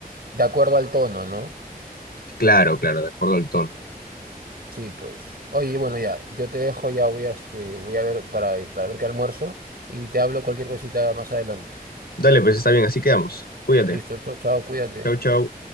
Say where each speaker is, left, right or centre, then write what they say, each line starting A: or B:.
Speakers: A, on the right (about 75°); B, on the left (about 85°).
A: de acuerdo al tono, ¿no?
B: Claro, claro, de acuerdo al tono.
A: Sí, pues. Oye, bueno, ya, yo te dejo, ya voy a, este, voy a ver para, para ver qué almuerzo y te hablo cualquier cosita más adelante.
B: Dale, pues está bien, así quedamos. Cuídate.
A: Listo, chao, chao, cuídate.
B: Chau, chau.